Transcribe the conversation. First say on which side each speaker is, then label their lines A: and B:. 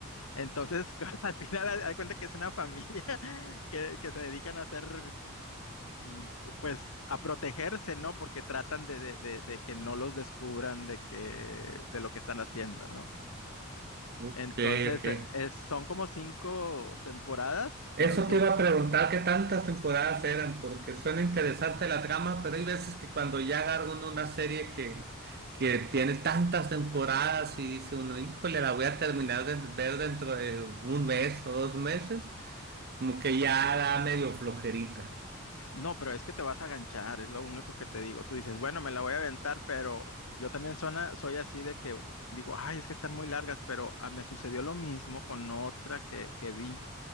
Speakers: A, on the left; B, on the right.
A: Entonces, <laughs> al final, haz haz cuenta que es una familia <laughs> que, que se dedican a hacer mm, pues a protegerse, ¿no? Porque tratan de, de- de- de que no los descubran de que, de lo que están haciendo, ¿no?
B: Ok,
A: Entonces,
B: ok.
A: eh, es- son como cinco temporadas,
B: Eso
A: pero sí
B: te
A: es,
B: iba a preguntar qué tantas temporadas eran, porque suena interesante la trama, pero hay veces que cuando ya agarra uno una serie que, que tiene tantas temporadas y dice uno, híjole, la voy a terminar de ver dentro de un mes o dos meses, como que ya da medio flojerita.
A: no, pero es que te vas a ganchar, es lo único que te digo. Tú dices, bueno, me la voy a aventar, pero yo también sona- soy así de que digo, ay, es que están muy largas, pero ah, me sucedió lo mismo con otra que, que vi,